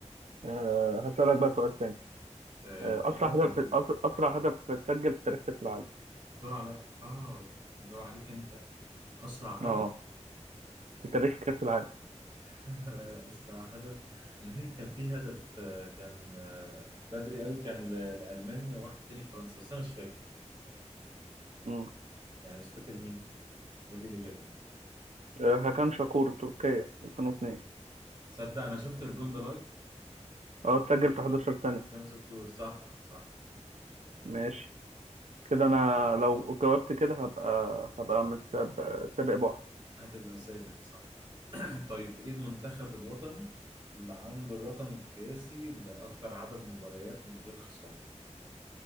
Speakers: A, on the right; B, on the right.
A: أه هسألك بقى سؤال تاني
B: آه...
A: آه، اسرع
B: طيب.
A: هدف أس- اسرع هدف اتسجل في تاريخ كاس العالم
B: دور عليك اه دور عليك انت اسرع
A: اه
B: هدف
A: في تاريخ كاس العالم
B: <laughs> اسرع هدف انا فاكر كان في هدف آه، كان آه، بدري قوي كان ل- لالمانيا وواحد تاني فرنسا بس انا مش فاكر
A: امم
B: يعني مش فاكر مين فيهم قول لي الاجابه
A: هاكان شاكور تركيا 2002
B: صدق انا شفت الجون ده لايف
A: اه
B: وكسبت
A: اتسجل في 11
B: برضه
A: ثانيه
B: كان شكور صح صح
A: ماشي كده انا لو جاوبت كده هبقى هبقى متسابق سابق بواحد
B: هتبقى سابق صح <laughs> طيب ايه المنتخب الوطني اللي عنده الرقم القياسي لاكتر عدد مباريات من غير خساره